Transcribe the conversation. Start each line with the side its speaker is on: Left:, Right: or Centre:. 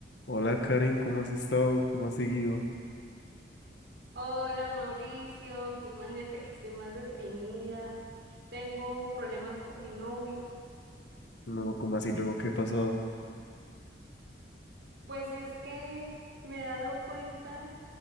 Left: Hola Karen, ¿cómo has estado? ¿Cómo has seguido?
Right: Hola Mauricio, imagínate que estoy más deprimida, tengo problemas con mi novio,
Left: No, ¿cómo así luego qué ha pasado?
Right: pues es que me he dado cuenta